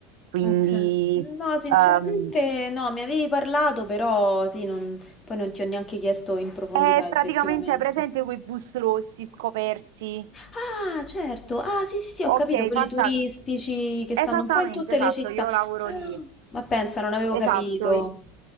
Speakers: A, on the right; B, on the left.
A: quindi
B: Ok. No, sinceramente
A: ehm,
B: no, mi avevi parlato, però sì, non- poi non ti ho neanche chiesto in profondità
A: è
B: effettivamente.
A: praticamente hai presente quei bus rossi scoperti.
B: Ah, certo. Ah, sì, sì, sì, ho
A: Ok,
B: capito, quelli
A: fantastico.
B: turistici che
A: Esattamente,
B: stanno un po' in tutte
A: esatto,
B: le città.
A: io lavoro
B: Ah,
A: lì.
B: ma pensa, non avevo
A: Esatto,
B: capito.